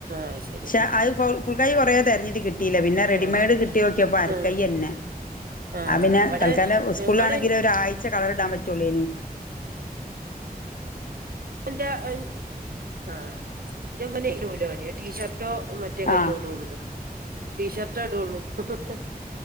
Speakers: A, on the right (about 70°); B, on the left (about 60°).
A: അത് ശരി
B: ക്ഷെ
A: ആഹ്
B: അത് ഫുൾ ഫുൾക്കൈ കുറേ തെരഞ്ഞിട്ട കിട്ട കിട്ടീല പിന്നെ റെഡിമെയ്ഡ്
A: ആഹ്
B: കിട്ടി നോക്കിയപ്പ അരക്കൈന്നെ
A: ആഹ് ആഹ്
B: ആ പിന്നെ
A: ഇവിടെ
B: തൽക്കാലം സ്കൂളിലാണെങ്കിൽ
A: ഇവിടെ
B: ഒരു ആഴി ച്ച കളറിടാൻ പറ്റുള്ളേനി
A: ന്റെ അ ആ ന്റെമൊൻടുലോൻ ടീഷർ ട്ടോ മറ്റേ കയ്യോ
B: ആഹ്
A: ഇടുള്ളൂ ടീഷർേട്ട ഇടുള്ളൂ ഹ്‌ഹ